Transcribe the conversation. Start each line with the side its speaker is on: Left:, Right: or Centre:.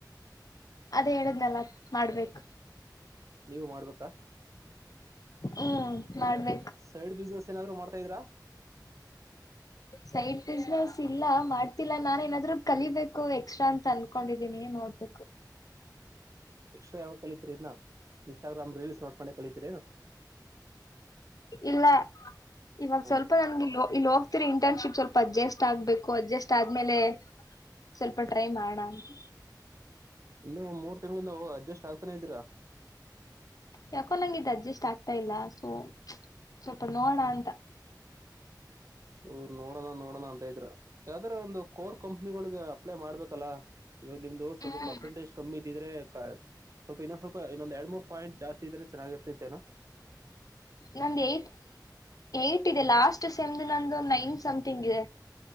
Left: ಅದೇ ಹೇಳದ್ನಲ್ಲ ಮಾಡ್ಬೇಕು
Right: ನೀವು ಮಾಡ್ಬೇಕಾ
Left: ಹ್ಮ್ ಮಾಡಬೇಕ
Right: ಸೈಡ್ ಬಿಸ್ನೆಸ್ ಏನಾದ್ರು ಮಾಡ್ತಾ ಇದೀರಾ
Left: ಸೈಡ್ ಬಿಸ್ನೆಸ್ ಇಲ್ಲ ಮಾಡ್ತಿಲ್ಲ ನಾನ ಏನಾದ್ರು ಕಲಿಬೇಕು ಎಕ್ಸ್ಟ್ರಾ ಅಂತ ಅನ್ಕೊಂಡಿದೀನಿ ನೋಡ್ಬೇಕು
Right: ಎಕ್ಸ್ಟ್ರಾ ಯಾವ ಕಲಿತೀರಿ ಇದನ್ನ ಇನ್ಸ್ಟಾಗ್ರಾಮ್ ರೀಲ್ಸ್ ನೋಡ್ಕೊಂಡೆ ಕಲಿತೀರೇನು
Left: ಇಲ್ಲ <unintelligible> ಇವಾಗ
Right: ಹ್ಮ್
Left: ಸ್ವಲ್ಪ ನನ್ಗೆ ಇಲ್ಲೋ ಇಲ್ಲೋ ಇಂಟರ್ನ್ಶಿಪ್ ಸ್ವಲ್ಪ ಅಡ್ಜಸ್ಟ್ ಆಗ್ಬೇಕು ಅಡ್ಜಸ್ಟ್ ಆದ್ಮೇಲೆ ಸ್ವಲ್ಪ ಟ್ರೈ ಮಾಡ ಅಂತ
Right: ಇನ್ನು ಮೂರ್ ತಿಂಗಳ ನಾವು ಅಡ್ಜಸ್ಟ್ ಆಗ್ ಅತ್ತನ ಇದಿರಾ
Left: ಯಾಕೋ ನಂಗಿದ ಅಡ್ಜಸ್ಟ್ ಆಗ್ತಾ ಇಲ್ಲ ಸೊ ಸ್ವಲ್ಪ ನೋಡ ಅಂತ
Right: <inaudible> ನೋಡೋಣ ನೋಡೋಣ ಅಂತ ಇದ್ರರು ಯಾವ್ದಾರ ಒಂದು ಕೋರ್ ಕಂಪ್ನಿಗಳಿಗೆ ಅಪ್ಲೈ ಮಾಡ್ಬೇಕಲ್ಲ ಇವಾಗ ನಿಮ್ದು ಸ್ವಲ್ಪ
Left: ಹ್ಮ್
Right: ಪರ್ಸೆಂಟೇಜ್ ಕಮ್ಮಿ ಇದಿದ್ರೆ ಸ್ಲ್ಪನ್ನ ಸ್ವಲ್ಪ ಇನ್ನೊಂದ ಎರಡ್ ಮೂ ಪಾಯಂಟ್ ಜಾಸ್ ಇದ್ರೆ ಚೆನ್ನಾಗಿರ್ತೇನ
Left: ನ ಏಟ್ ಇದೆ ಲಾಸ್ಟ್ ಸೆಮ್ದು ನಂದು ಒ ನೈನ್ ಸಮಥಂಗ್ ಇದೆ